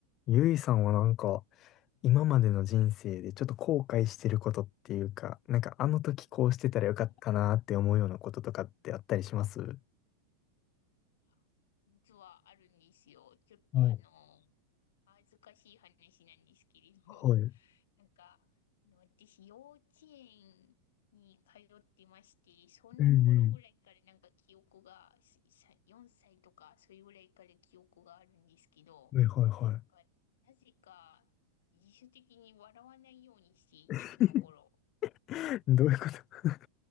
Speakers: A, on the left (about 35°); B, on the left (about 60°).
A: ゆいさんはなんか、今までの人生でちょっと後悔してることっていうか、なんかあの時こうしてたらよかったなーって思うようなこととかってあったりします
B: はいや実はあるんですよ。ちょっとあの、
A: お
B: 恥ずかしい話なんですけれど、
A: はい。
B: <laughs> なんか、あの、私、幼稚園に通ってまして、その頃ぐらいからなんか記憶が、
A: うんう
B: すさ4歳とか、それぐらいから記憶があるんですけど、
A: ん。はいはいはい。
B: なんか、なぜか、自主的に笑わないようにしていて、
A: <laughs>
B: その頃。
A: どういうこと